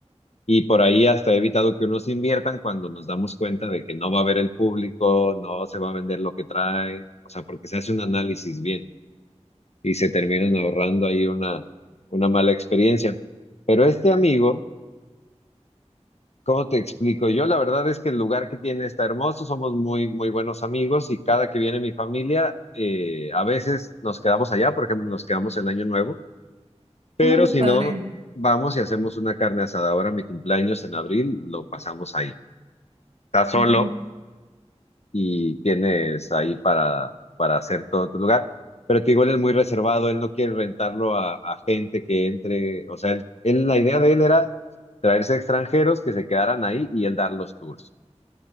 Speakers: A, on the left; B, on the right.
A: Y por ahí hasta he evitado que unos inviertan cuando nos damos cuenta de que no va a haber el público, no se va a vender lo que trae, o sea, porque se hace un análisis bien. y se terminan ahorrando ahí una, una mala experiencia. Pero este amigo, ¿cómo te explico? Yo la verdad es que el lugar que tiene está hermoso, somos muy, muy buenos amigos y cada que viene mi familia, eh, a veces nos quedamos allá, por ejemplo, nos quedamos en Año Nuevo, pero
B: Ay, qué
A: si
B: padre.
A: no, vamos y hacemos una carne asada. Ahora mi cumpleaños en abril lo pasamos ahí. Está solo,
B: Ujú.
A: y tienes ahí para, para hacer todo en tu lugar. Pero te digo, él es muy reservado, él no quiere rentarlo a, a gente que entre, o sea, él, él- la idea de él era traerse extranjeros que se quedaran ahí y él dar los tours.